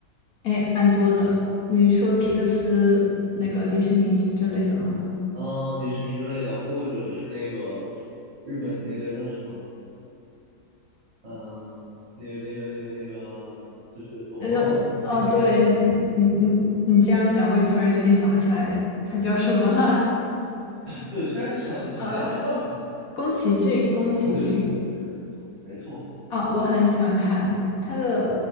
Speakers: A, on the left; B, on the right.
A: 哎，蛮多的。你说皮克斯那个迪士尼之之类的吗？
B: 嗯、迪士尼之类的，或者是那个日本那个叫什么？嗯、那个那个那个那个，就是龙猫奇兵变形那系列
A: 那就哦，对你你你你这样讲，我也突然有点想不起来他叫什么了。
B: 对，突然就想不起来它叫什么
A: <laughs> 呃，宫崎骏，宫崎骏
B: 啊？对，宫崎骏是的，没错没错。
A: 啊，我很喜欢看他的，